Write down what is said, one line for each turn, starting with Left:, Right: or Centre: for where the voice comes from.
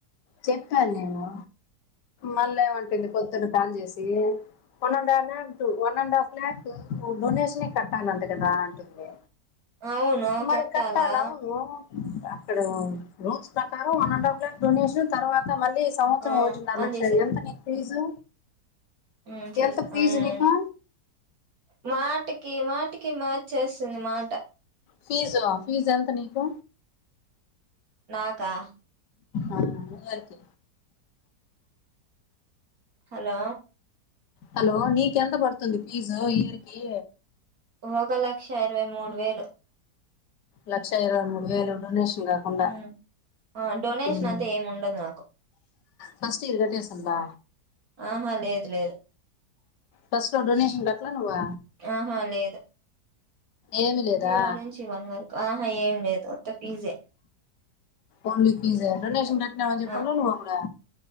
Left: చెప్పాను నేను మళ్ళ ఏమంటుంది పొద్దున కాల్ చేసి వన్ అండ్ లన్ అండ్ హఫ్ లక్ డొనేషన్ కట్టాలంట కదా అంటుంది
Right: అవును
Left: మరి
Right: కట్టాలా
Left: కట్టాల అవును అక్కడ రూల్స్ ప్రకారం వన్ అండ్ఫ్ బ్లడ్ డొనేషన్ తర్వాత మళ్ళీ సంవత్సరం
Right: ఆ
Left: ఓటిన్నర
Right: ఆన్
Left: లక్ష ఎంత నీకు ఫీజు
Right: మ్ చేసా
Left: ఎంత ఫీజు
Right: మ్
Left: నీకు
Right: మాటికి మాటి కి మార్చేస్తుంది మాట
Left: ఫీజు ఫీజు ఎంత నీకు
Right: నాకా
Left: ఆ అందరికి
Right: హలో
Left: హలో నీకు ఎంత పడుతుంది ఫీజు ఇయర్కి
Right: ఒక లక్ష ఇరవై మూడు వేలు
Left: లక్ష ఇరవై మూడు వేలు డొనేషన్ కాకుండా
Right: ఉమ్ ఆ డొనేషన్
Left: మ్
Right: అంతా ఏమి ఉండదు నాకు
Left: ఫస్ట్ ఇయర్ కట్టే సుండ్ల
Right: ఆహా లేదు లేదు
Left: ఫస్ట్లో డొనేషన్ కట్లే నువ్వు
Right: ఆహా లేదు
Left: ఏమి లేదా
Right: జీరో నుంచి వన్ వరకు ఆహా ఏం లేదు ఉత్త ఫీజే
Left: ఓన్లీ ఫీజ్ డోనేషన్ కట్టినం అని చెప్పిండ్లే
Right: ఆ
Left: నువ్ అప్పుడు